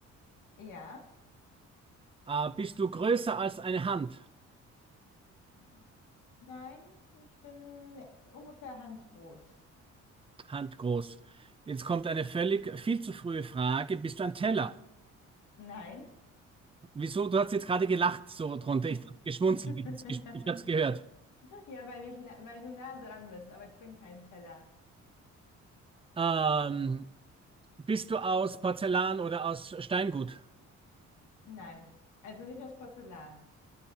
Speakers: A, on the left; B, on the right.
A: ja.
B: Äh, bist du größer als eine Hand?
A: Mhm. Nein, ich bin ne, ungefähr handgroß.
B: Handgroß. Jetzt kommt eine völlig viel zu frühe Frage. Bist du ein Teller?
A: Nein.
B: Wieso? Du hast jetzt gerade gelacht so drunter.
A: <laughs>
B: Ich habe geschmunzelt. Ich, ich, ich habe es gehört.
A: Ja, weil ich, na- weil du nah dran bist, aber ich bin kein Teller.
B: Ähm, Bist du aus Porzellan oder aus Steingut?
A: Nein. Also nicht aus Porzellan.